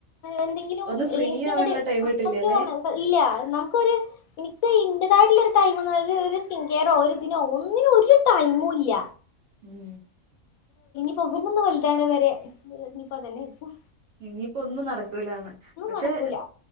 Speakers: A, on the left (about 80°); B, on the right (about 60°).
A: എന്തെങ്കിലും
B: ഒന്ന് ഫ്രീ
A: എനിക്കങ്ങട്ട്
B: ആവാനുള്ള ടൈം
A: അ
B: കിട്ടില്ലല്ലേ?
A: സത്യം പറഞ്ഞ ഇല്ല നമുക്കൊരു ഇൻക്ക് ഇന്റതായിട്ടുള്ള ഒരു ടൈം ഒര് ഒര് സി വേറെ ഒര് ദിനോ ഒന്നിനും ഒരു ടൈമും ഇല്ല
B: ഉം
A: ഇപ്പം ഇവനൊന്ന് വലുതാണേ വരെ ഇഞ് ഇപ്പം അതന്നെയാരിക്കും
B: ഇനിയിപ്പോ ഒന്നും നടക്കൂലാന്ന് പക്ഷേ
A: നടക്കൂല